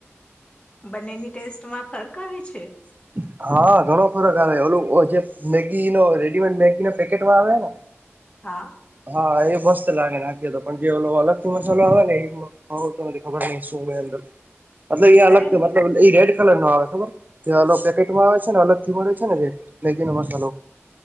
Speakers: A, on the left; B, on the right.
A: બંનેની ટેસ્ટમાં ફર્ક આવી છે.
B: <inaudible> હા ઘણો ફરક આવે ઓલું જે મેગી ન રેડીમેડ મેગી ન પેકેટમાં આવે ને
A: હા
B: હા એ મસ્ત લાગે નાખીએ તો પણ જે લોકો અલગથી મસાલો આવે ને એ તો મને ખબર નહ શું હોય અર મતલબ એ અલગ
A: અરે
B: મતલબ એ રેડ કલર નો આવે ખબર જે પેકેટમાં આવે છે ને અલગ થી મળે છે ને જે લનેસ્ હલો